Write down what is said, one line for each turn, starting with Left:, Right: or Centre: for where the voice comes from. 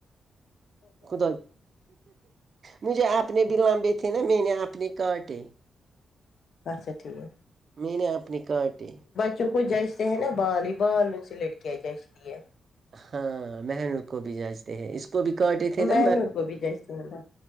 Right: خا مجھے آنے ب لامبے تھے نا میں نے اپ نے کاٹے
Left: اچھا ٹھیک
Right: میں نے اپنی کارٹیں
Left: چ کچھ جچتے ہے نا بال ہی بال ن سے لڑکیا جچتی ہے
Right: ہاں مہنور کو بھی جانچتے ہیں اس کو بھی کاٹے تھے
Left: میں
Right: نا
Left: نور کو بھی جیسے ہوں نا۔